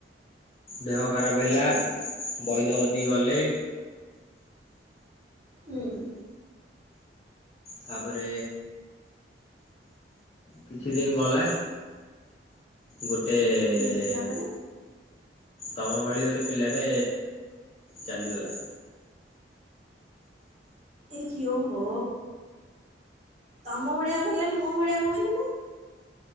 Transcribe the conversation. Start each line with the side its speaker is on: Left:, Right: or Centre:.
Left: ଦେହ ଖରାପ
Right: ଆଚ୍ଛା
Left: ହେଲା ବୈଦ କତିକି ଗଲେ।
Right: ହୁଁ।
Left: ତାପରେ କିଛି ଦିନ ଗଲା ଗୋଟେ ଏ
Right: ହୁଁ ତାପରେ
Left: ତମ ଭଳି ଗୋଟେ ପିଲାଟେ ଚାଲିଗଲା।
Right: ଏ କି ଓହୋ ତମ ଭଳିଆକୁ ହେଲାନି ମୋ ଭଳିଆ କଣ ପାଇଁ ହେଲା।